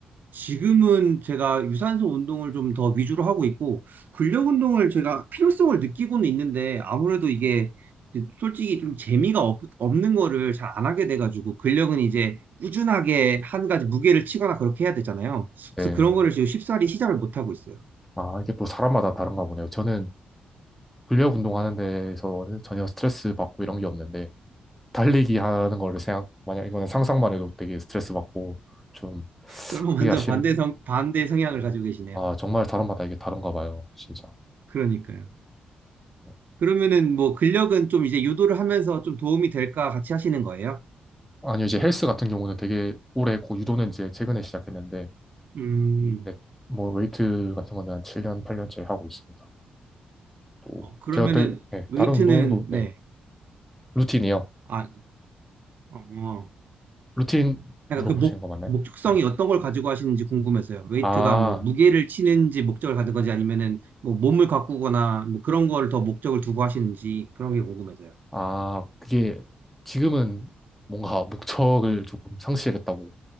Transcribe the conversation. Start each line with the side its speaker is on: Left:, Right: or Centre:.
Right: 지금은 제가 유산소 운동을 좀 더 위주로 하고 있고 근력 운동을 제가 필요성을 느끼고는 있는데 아무래도 이게 솔직히 좀 재미가 없, 없는 거를 잘 안 하게 돼가지고 근력은 이제 꾸준하게 한 가지 무게를 치거나 그렇게 해야 되잖아요.
Centre: 네.
Right: 그래서 그런 거를 지금 쉽사리 시작을 못 하고 있어요.
Centre: 아, 이게 또 사람마다 다른가 보네요. 저는 근력 운동하는 데에서는 전혀 스트레스 받고 이런 게 없는데 달리기 하는 거를 생각, 만약 이거는 상상만 해도 되게 스트레스 받고 좀
Right: 저랑
Centre: 하기가
Right: 완전
Centre: 싫은
Right: 반대 성, 반대 성향을
Centre: 네.
Right: 가지고 계시네요.
Centre: 아, 정말 사람마다 이게 다른가 봐요, 진짜.
Right: 그러니까요.
Centre: 네.
Right: 그러면은 뭐 근력은 좀 이제 유도를 하면서 좀 도움이 될까 같이 하시는 거예요?
Centre: 아니요, 이제 헬스 같은 경우는 되게 오래 했고, 유도는 이제 최근에 시작했는데,
Right: 음,
Centre: 음, 네, 뭐 웨이트 같은 거는 한 7년, 8년째 하고 있습니다. 또
Right: 어, 그러면은
Centre: 제가 되게 네,
Right: 웨이트는,
Centre: 다른 운동도 네,
Right: 네.
Centre: 루틴이요.
Right: 아, 어,
Centre: 루틴
Right: 약간
Centre: 물어보신
Right: 그 목,
Centre: 거 맞나요?
Right: 목적성이
Centre: 네.
Right: 어떤 걸 가지고 하시는지 궁금해서요. 웨이트가
Centre: 아,
Right: 뭐 무게를 치는지 목적을 가진 건지 아니면은 뭐 몸을 가꾸거나 뭐 그런 걸 더 목적을 두고 하시는지 그런 게 궁금해서요.
Centre: 아, 그게 지금은 뭔가 목적을 조금 상실했다고